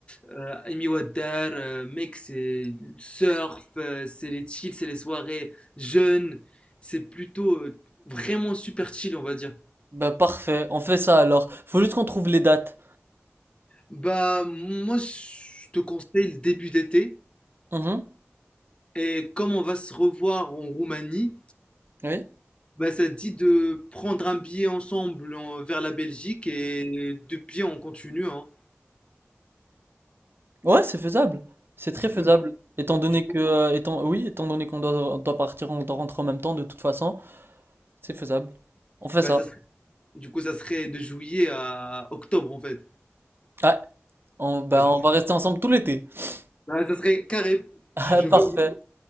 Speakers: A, on the left (about 25°); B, on the right (about 55°).
A: Euh, Amy Water, euh, mec, c'est le surf, euh, c'est les chills, c'est les soirées jeunes, c'est plutôt euh, vraiment super chill, on va dire.
B: Bah parfait, on fait ça alors. Faut juste qu'on trouve les dates.
A: Bah, moi, je te conseille le début d'été,
B: Mhm,
A: et comme on va se revoir en Roumanie,
B: Oui.
A: bah, ça te dit de prendre un billet ensemble en- vers la Belgique, et de pied, on continue, hein.
B: Ouais, c'est faisable. C'est très
A: Du
B: faisable.
A: coup,
B: Étant donné
A: du coup,
B: que, euh, étant, oui, étant donné qu'on doit, on doit partir, on doit rentrer en même temps, de toute façon, c'est faisable. On fait
A: bah,
B: ça.
A: ça serait, du coup, ça serait de juillet à octobre, en fait.
B: Ouais. On, bah,
A: Bah,
B: on
A: ça
B: va rester ensemble tout l'été. <laughs>
A: bah, ça serait carré,
B: Ah,
A: je je
B: Parfait,
A: vais